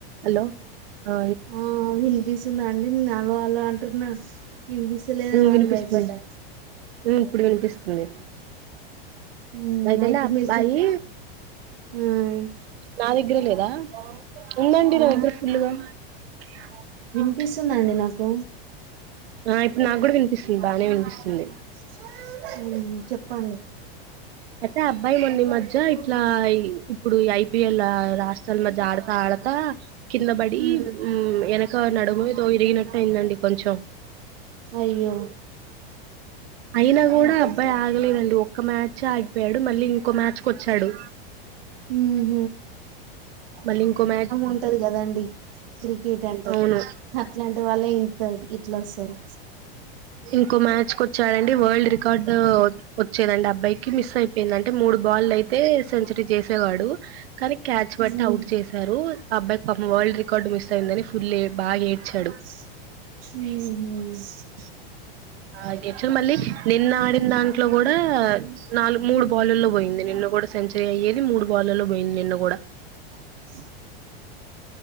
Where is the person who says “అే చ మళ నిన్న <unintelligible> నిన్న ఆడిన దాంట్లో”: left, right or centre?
Right